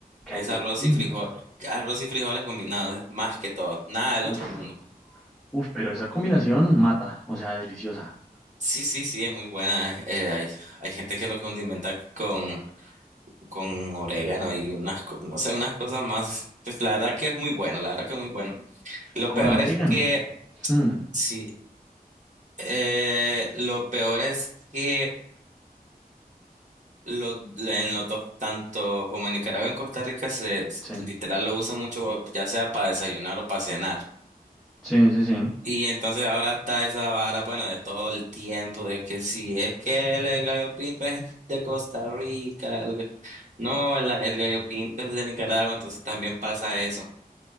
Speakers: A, in the centre; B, on the right.
A: Gallo
B: Es arroz
A: pinto.
B: y frijol, arroz y frijoles combinados, más que todo, nada del
A: Uf,
B: otro mundo.
A: uf, pero esa combinación mata, o sea, deliciosa.
B: Sí, sí, sí, es muy buena. eh, eh, hay, hay gente que lo condimenta con, con orégano y unas, co- no sé, unas cosas más. Pues la verdad que es muy bueno, la verdad que es muy bueno. Lo
A: Con
B: peor
A: orégano.
B: es que,
A: Hmm,
B: sí, eh, lo peor es que Los, en los dos, tanto como en Nicaragua, en Costa Rica, se s-
A: sí,
B: literal lo usan mucho, ya sea para desayunar o para cenar.
A: sí, sí, sí.
B: Y entonces ahora está esa vara, bueno, de todo el tiempo, de que si es que el, el gallo pinto es de Costa Rica, el ga- no, el, el gallo pinto es de Nicaragua, entonces también pasa eso.